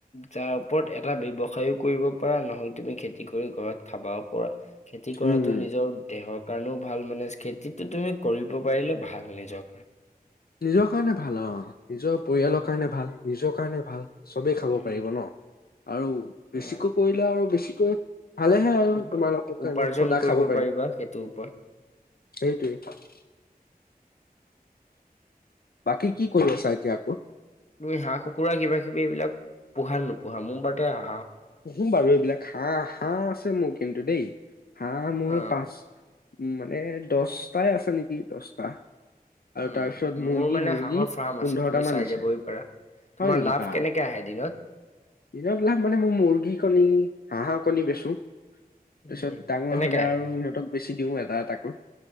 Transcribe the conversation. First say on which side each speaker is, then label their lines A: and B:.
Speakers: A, on the left; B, on the left.
A: তাৰ ওপৰত এটা ব্যৱ সায়ো কৰিব পাৰা নহয় তুমি খেতি কৰি ঘৰত খাবা পৰা, খেতি কৰাতো
B: উম
A: নিজৰ দেহক কাৰনেও ভাল মানে খেতিটো তুমি কৰিব পাৰিলে ভাল নিজৰ কাৰণে।
B: নিজৰ কাৰণে ভাল অ। নিজৰ পৰিয়ালৰ
A: উম,
B: কাৰণে ভাল, নিজৰ কাৰণে ভাল চবেই খাব
A: উম,
B: পাৰিব ন। আৰু
A: উম।
B: বেছিকৈ কৰিলে আৰু বেছিকৈ ভালেহে আৰু
A: উপ-
B: তোমালোকৰ
A: উপাৰ্জন
B: কাৰণে সদা
A: কৰিব
B: খাব পাৰিম।
A: পাৰিবা সেইটোৰ ওপৰত
B: সেইটোৱেই।
A: <inaudible>
B: বাকী কি কৰি আছা এতিয়া আকৌ?
A: তুমি হাঁহ- কুকুৰা কিবা কিবি এইবিলাক পোহা নোপোহা মোৰ বাৰতে আহ
B: পোহো বাৰু এইবিলাক হাঁহ -হাঁহ আছে মোৰ কিন্তু দেই, হাঁহ মোৰ
A: অ
B: পাচ উম মানে দছটাই আছে নেকি দছটা। আৰু
A: উম
B: তাৰপিছত মুৰ্গী
A: মোৰ মানে
B: মুৰ্গী
A: হাঁহৰ ফাৰ্ম
B: পোন্ধৰটা
A: আছে তুমি
B: মান
A: চাই
B: আছে
A: যাবহি পাৰা।
B: হয়
A: তোমাৰ
B: নেকি
A: লাভ
B: বা
A: কেনেকে আহে এদিনত?
B: দিনত লাক মানে মো মুৰ্গী কণী হাঁহৰ কণী বেচো। তাৰ
A: উম
B: পিছত ডাঙৰ
A: তেনেকে
B: হলে
A: আহে
B: আৰু সিহঁতক। বেছি দিও এটা এটাকৈ